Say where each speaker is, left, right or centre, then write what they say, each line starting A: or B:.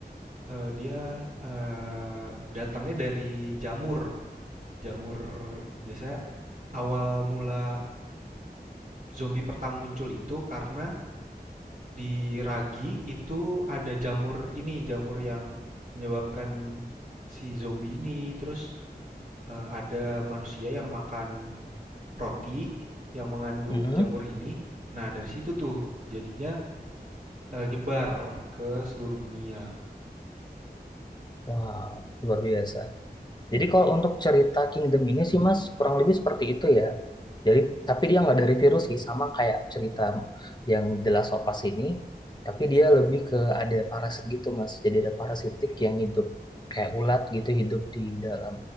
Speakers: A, on the right; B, on the left.
A: eh, dia eh, datangnya dari jamur. Jamur biasanya awal mula zombie pertama muncul itu karena di ragi itu ada jamur ini, jamur yang menyebabkan si zombie ini. Terus eh, ada manusia yang makan roti yang mengandung
B: Mm-mm.
A: jamur ini. Nah, dari situ tuh jadinya eh, nyebar ke seluruh dunia.
B: Wow, luar biasa. Jadi kalau untuk cerita Kingdom ini sih Mas kurang lebih seperti itu ya. Jadi tapi dia nggak dari virus sih sama kayak cerita yang The Last of Us ini, tapi dia lebih ke ada parasit gitu Mas. Jadi ada parasitik yang hidup kayak ulat gitu hidup di dalam